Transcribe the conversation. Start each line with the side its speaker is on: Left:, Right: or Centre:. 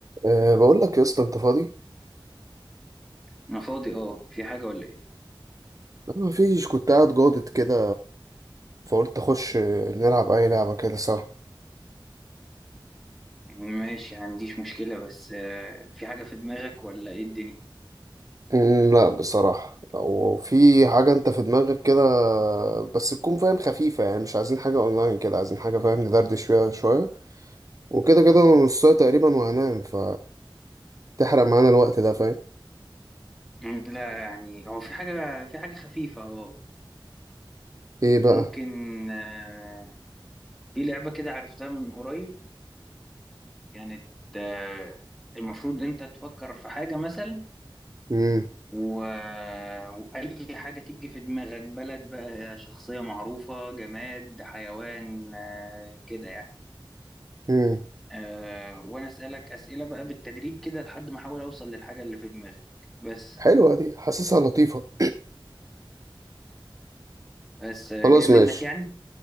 Right: أه بقول لك يا اسطى انت فاضي
Centre: انا فاضي اه في حاجة ولا ايه
Right: ما فيش كنت قاعد جادت كده فقلت اخش نلعب اي لعبه كده سوا
Centre: ماشي عنديش مشكلة بس آه، في حاجة في دماغك ولا ايه الدنيا
Right: أمم، لا بصراحه لو في حاجه انت في دماغك كده بس تكون فاهم خفيفه يعني مش عايزين حاجه اونلاين كده عايزين حاجه فاهم ندردش فيها شويه وكده كده انا نص ساعه تقريبا وهنام ف تحرق معانا الوقت ده فاهم
Centre: مم، لا يعني هو في حاجة في حاجة خفيفة اه
Right: ايه بقى
Centre: ممكن آه، في لعبة كده عرفتها من قريب كانت آه، المفروض انت تفكر في حاجة مثلا
Right: امم
Centre: و... وأي حاجة تيجي في دماغك بلد بقى شخصية معروفة جماد حيوان آه، كده يعني
Right: امم
Centre: آه وانا اسالك اسئله بقى بالتدريج كده لحد ما احاول اوصل للحاجه اللي في دماغك بس
Right: حلوه دي حاسسها لطيفه
Centre: بس آه،
Right: خلاص
Centre: جاي منك
Right: ماشي
Centre: يعني